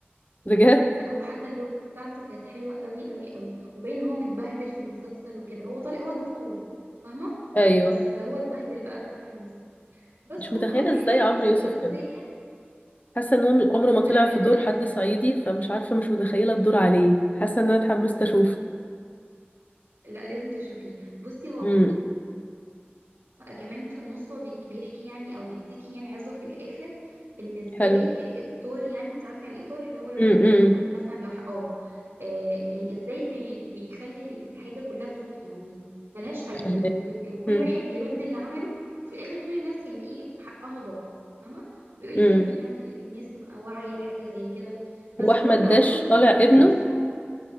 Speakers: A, on the left (about 40°); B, on the right (about 85°).
A: بجد
B: لا هو حتى اللغة بتاعته كانت حلوة قوي قوي قوي وباين هو متبهدل في المسلسل وكده هو طالع هو دكتور فاهمة
A: ايوه
B: بس هو اتبهدل بقى في المسلسل بس
A: مش
B: هو
A: متخيله
B: بقى بيحكي
A: ازاي عمرو
B: قصته
A: يوسف
B: الأساسية
A: كده حاسه ان هو من- عمره ما
B: لا
A: طلع
B: بجد
A: في دور
B: لازم
A: حد صعيدي فمش عارفه مش متخيله الدور عليه حاسه ان انا اتحمست اشوفه
B: لا لازم تشوفيه بصي هو
A: امم
B: كمان في النص هو بيك- بيحكي يعني او بيديكي يعني عظة في الاخر ان ازاي
A: حلو
B: الطار يعني انت عارفه يعني ايه طار اللي هو الواحد
A: امم
B: بينتقم مثلا لو حقه آه، آه، يعني ازاي بي بيخلي ال- الحاجه كلها تروح يعني ملهاش فايده
A: فهماني
B: بت- كل
A: امم
B: واحد بيرد اللي عمله وفي الاخر كل الناس يعني ايه حقها ضاع فاهمه وبيقولك
A: امم
B: لازم يعني ال- الناس تبقى واعيه لحاجه زي كده بس
A: هو احمد
B: فهو عارفه
A: داش
B: انت ممثل
A: طالع ابنه
B: اسمه عمر-